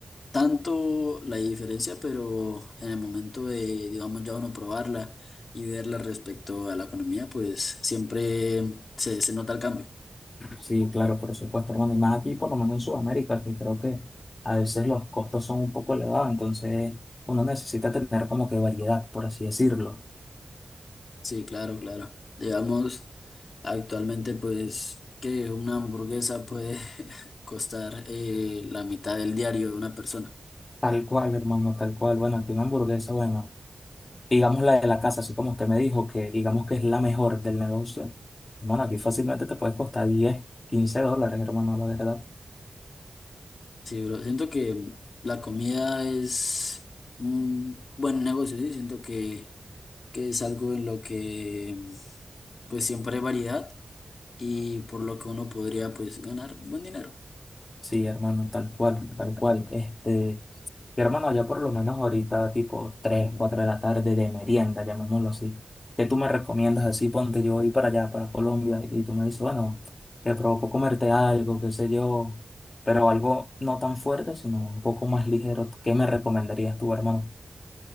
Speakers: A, on the left (about 65°); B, on the left (about 40°).
A: tanto la diferencia, pero en el momento de, digamos, ya uno probarla y verla respecto a la economía, pues siempre se, se nota el cambio.
B: Sí, claro, por supuesto, hermano, y más aquí, por lo menos en Sudamérica, que creo que a veces los costos son un poco elevados, entonces uno necesita tener como que variedad, por así decirlo.
A: Sí, claro, claro. Digamos, actualmente pues que una hamburguesa puede <laughs> costar eh, la mitad del diario de una persona.
B: Tal cual, hermano, tal cual. Bueno, aquí una hamburguesa, bueno. digamos la de la casa, así como usted me dijo, que digamos que es la mejor del negocio. Hermano, aquí fácilmente te puede costar 10 15 dólares, hermano, la verdad.
A: Sí, bro. Siento que la comida es un buen negocio, sí. Siento que que es algo en lo que pues siempre hay variedad y por lo que uno podría pues ganar buen dinero.
B: Sí, hermano, tal cual, tal cual. Este, y hermano, ya por lo menos ahorita, tipo 3 4 de la tarde de merienda, llamémoslo así. ¿Qué tú me recomiendas así? Ponte yo voy para allá, para Colombia, y tú me dices, bueno, te provoco comerte algo, qué sé yo, pero algo no tan fuerte, sino un poco más ligero. ¿Qué me recomendarías tú, hermano?